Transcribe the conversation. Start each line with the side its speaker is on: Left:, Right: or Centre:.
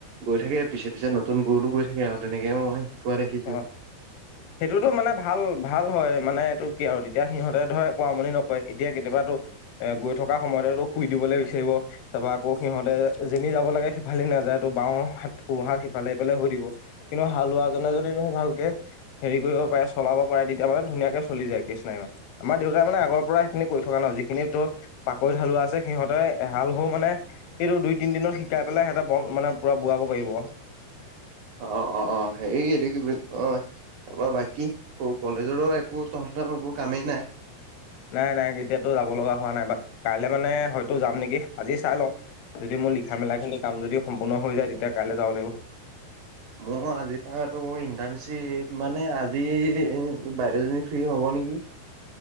Right: গৈ থাকে পিছে পিছে নতুন গৰুতো গৈ থাকে আৰু তেনেকে মই শিকোৱা দেখিছো।
Left: অ সেইটোতো মানে ভাল ভাল হয় মানে এইটো কি আৰু তেতিয়া সিহঁতে ধৰ একোৱা আমনি নকৰে, এতিয়া কেতিয়াবাতোৰ এ গৈ থকা সময়তে তোৰ শুই দিবলৈ বিছাৰিব। তাৰ পৰা আকৌ সিহঁতে যেনি যাব লাগে সিফালে নাযায়, তোৰ বাওঁ হাত সোঁহাত সিফালে ইফালে হৈ দিব। কিন্তু হালোৱা জনে যদি ধৰ ভালকে হেৰি কৰিব পাৰে, চলাব পাৰে তেতিয়া মানে ধুনীয়াকে চলি যায় কেচ নাই ইমান। আমাৰ দেউতাই মানে আগৰ পৰা সেইখিনি কৰি থকা ন' যিখিনি তোৰ পাকৈত হালোৱা আছে সিহঁতে এ হাল <unintelligible> মানে এইটো দুই তিন দিনত শিকাই পেলাই ইহতে বন মানে বোৱাব পাৰিব।
Right: অ', অ', অ', হেৰি এটো কি বুলি কয় তাৰপৰা বাকী কলেজৰো একো তহতৰ একো কামেই নাই।
Left: নাই নাই এতিয়াতো যাব লগা হোৱা নাই বাট, কাইলৈ হয়তো যাম নেকি আজি চাই লওঁ। যদি মোৰ লিখা মেলাখিনি কাম যদি সম্পূৰ্ণ হৈ যায়, তেতিয়া কাইলৈ যাব লাগিব।
Right: মোৰ আজিৰ পৰা তোৰ ইণ্টাৰণশ্বিপ মানে, আজি বাইদেউজনী ফ্ৰী হ'ব নেকি!